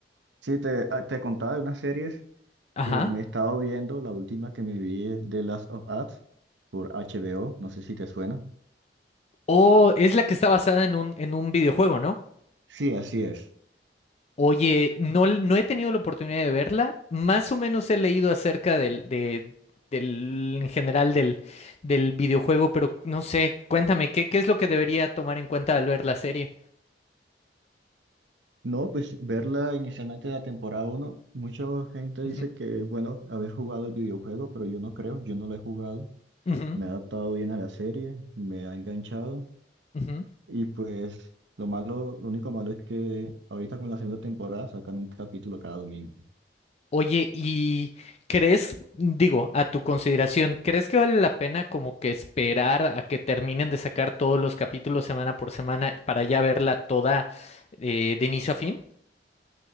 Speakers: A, on the right; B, on the left.
A: Sí, te, ah, te contaba de unas series
B: Ajá.
A: que me he estado viendo. La última que me vi es The Last of Us por HBO. No sé si te suena.
B: O es la que está basada en un, en un videojuego, ¿no?
A: Sí, así es.
B: Oye, no, l- no he tenido la oportunidad de verla. Más o menos he leído acerca del, de, del, en general del, del videojuego, pero no sé, cuéntame, ¿qué, qué es lo que debería tomar en cuenta al ver la serie?
A: No, pues verla inicialmente la temporada uno mucha gente
B: Ujú,
A: dice que es bueno haber jugado el videojuego, pero yo no creo, yo no lo he jugado.
B: ujú,
A: Me he adaptado bien a la serie, me ha enganchado
B: ujú.
A: y pues lo malo, lo único malo es que ahorita con la segunda temporada sacan un capítulo cada domingo.
B: Oye, ¿y crees, digo, a tu consideración, crees que vale la pena como que esperar a que terminen de sacar todos los capítulos semana por semana para ya verla toda eh, de inicio a fin?